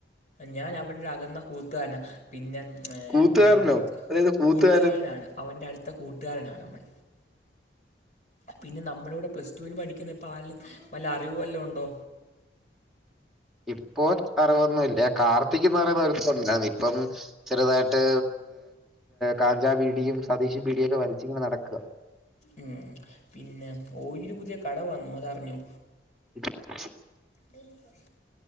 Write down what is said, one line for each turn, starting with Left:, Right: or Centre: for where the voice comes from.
Left: ഞാൻ അവന്റെ അകന്ന കൂട്ടുകാരനാ പിന്നെ ഏർ
Centre: കൂത്തുകാരനോ?
Left: പിന്നെ അടുത്ത
Centre: അതായത് കൂത്തുകാരൻ.
Left: കൂട്ടുകാരനാണ് അവന്റെ അടുത്ത കൂട്ടുകാരനാണ് അവൻ. പിന്നെ നമ്മുടെ ഇവിടെ പ്ലസ്ടുവിന് പഠിക്കുന്ന ഇപ്പോ ആരേലും വല്ല അറിവുവല്ലാം ഉണ്ടോ?
Centre: ഇപ്പോ അറിവൊന്നില്ല കാർത്തിക് എന്ന് പറയുന്ന ഒരുത്തൻ ഉണ്ടായിരുന്നു ഇപ്പം ചെറുതായിട്ട് കാഞ്ചാപീടിയും സതീഷ്പീടിയൊക്കെ വരച്ചിങ്ങനെ നടക്കുക
Left: ഉം പിന്നെ ഓയൂര് പുതിയ കട വന്നു അതറിഞ്ഞോ?
Centre: ഇറിറ്റേഷൻസ്
Left: വേലു പോയാ